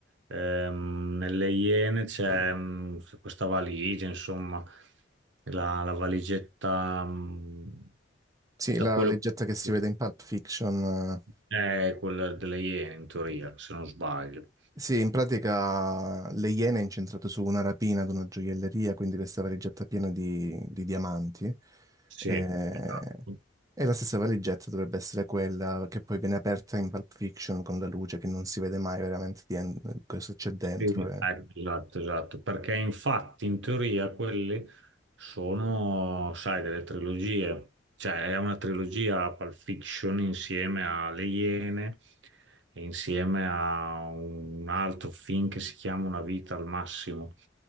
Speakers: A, on the right; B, on the right.
A: ehm, nelle Iene c'è mm, questa valigia, insomma, la, la valigetta mm,
B: Sì,
A: da
B: la
A: quello
B: leggetta che si
A: che
B: vede in Pulp Fiction
A: è quella delle Iene in teoria, se non sbaglio.
B: Sì, in pratica le Iene è incentrato su una rapina ad una gioielleria, quindi questa valigetta piena di, di diamanti.
A: Sì,
B: Eh,
A: esatto.
B: E, la stessa valigetta dovrebbe essere quella che poi viene aperta in Pulp Fiction con la luce che non si vede mai veramente di en- cosa c'è dentro.
A: Sì,
B: e-
A: ecco, esatto, esatto, perché infatti in teoria quelle sono, sai, delle trilogie, cioè è una trilogia Pulp Fiction insieme a Le Iene e insieme a un altro film che si chiama Una vita al massimo,